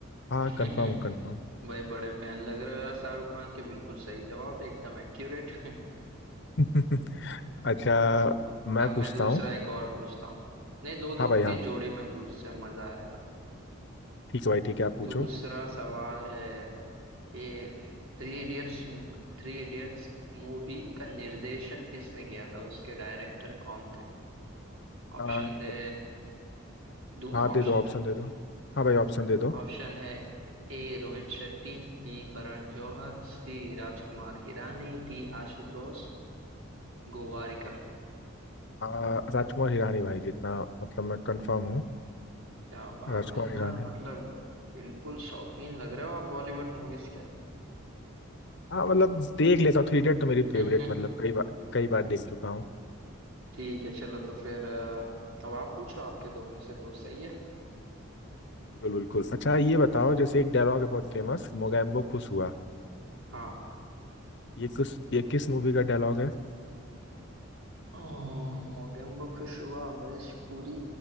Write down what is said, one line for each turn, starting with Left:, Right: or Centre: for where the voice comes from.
Left: हाँ
Right: <laughs>
Left: कंफर्म कंफर्म
Right: भाई बड़े फैन लग रहे हो यार शाहरुख खान के बिल्कुल सही जवाब है एकदम एक्यूरेट <laughs>
Left: <laughs> अच्छा मैं
Right: अब
Left: पूछता
Right: मैं दूसरा
Left: हूँ
Right: एक और पूछता हूँ नहीं दो दो
Left: हाँ भाई हाँ
Right: की जोड़ी में पूछ से मजा आएगा
Left: ठीक है भाई ठीक है आप पूछो
Right: दूसरा सवाल है कि Three Idiots Three Idiots movie का निर्देशन किसने किया था उसके डायरेक्टर कौन थे
Left: आ,
Right: ऑप्शन दे दूं ना
Left: हाँ
Right: ऑप्शन
Left: दे दो ऑप्शन दे दो हाँ भाई ऑप्शन दे दो
Right: ऑप्शन है A Rohit Shetty B Karan Johar C Rajkumar Hirani D Ashutosh Gowariker
Left: आ, राजकुमार हिरानी भाई जितना मतलब मैं कंफर्म हूँ
Right: क्या बात
Left: राजकुमार
Right: है यार
Left: ईरानी
Right: मतलब बिल्कुल शौकीन लग रहे हो आप बॉलीवुड मूवीज के
Left: हाँ मतलब देख लेता हूँ थ्री इडियट तो मेरी
Right: <laughs>
Left: फेवरेट मतलब कई बार कई बार देख चुका हूँ
Right: ठीक है चलो तो फिर अ, अब आप पूछो आपके दो में से दो सही है
Left: बिल्कुल बिल्कुल अच्छा ये बताओ जैसे एक डायलॉग है बहुत फेमस मोगैम्बो खुश हुआ
Right: हाँ
Left: ये किस ये किस मूवी का डायलॉग है
Right: अ, मोगेम्बो खुश हुआ अमरीश पुरी